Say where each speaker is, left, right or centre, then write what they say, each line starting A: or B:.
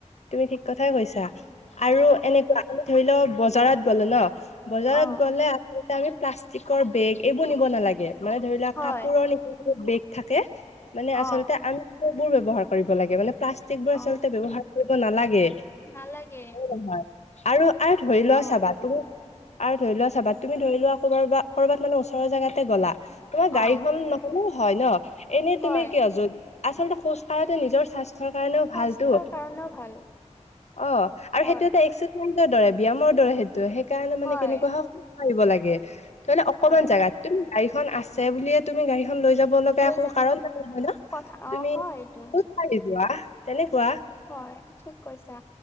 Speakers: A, on the left (about 65°); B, on the left (about 20°).
A: তুমি ঠিক কথাই কৈছা
B: অ
A: আৰু এনেকুৱা আমি ধৰি লওঁ বজাৰত গ'লো ন, বজাৰত
B: অ
A: গলে এয়া আমি প্লাষ্টিকৰ বেগ এইবোৰ নিব নালাগে। মানে ধৰি লোৱা
B: হয়
A: কাপোৰৰ বেগ থাকে, মানে
B: অ
A: আচলতে আমি সেইবোৰ ব্যৱহাৰ কৰিব লাগে মানে, প্লাষ্টিক বোৰ
B: অ
A: আচলতে ব্যৱহাৰ কৰিব নালাগে।
B: নালাগে।
A: হয়। আৰু আৰু ধৰি লোৱা
B: অ
A: চাবা' তুমি আৰু ধৰি লোৱা চাবা, তুমি ধৰি লোৱা কৰবাৰ বা ক'বাত মানে ওচৰৰ জাগাতে গ'লা, তোমাৰ
B: অ
A: গাড়ীখন হয় ন, এনেই
B: হয়
A: তুমি কিয় যদি আচলতে খোজ কঢ়াতে নিজৰ স্বাস্থ চৰ কাৰণেও
B: স্বাস্থ্যৰ
A: ভাল টো,
B: কাৰণেও ভাল
A: অ আৰু
B: হয়
A: সেইটো এটা ৰ দৰে ব্যয়ায়ামৰ দৰে সেইটো, সেইকাৰণে মানে
B: হয়
A: কেনেকুৱা স <unintelligible> লাগে। ধৰিলক অকণমান
B: হয়
A: জোগাত, তুমি গাড়ীখন আছে বুলিয়ে তুমি গাড়ীখন লৈ যাব লগা
B: লৈ
A: একো
B: যাবা
A: কাৰণ নাই নাই নহয় ন?
B: কথা
A: তুমি
B: অ হয় এইটোৱে।
A: <unintelligible> তেনেকুৱা।
B: হয়, ঠিক কৈছা।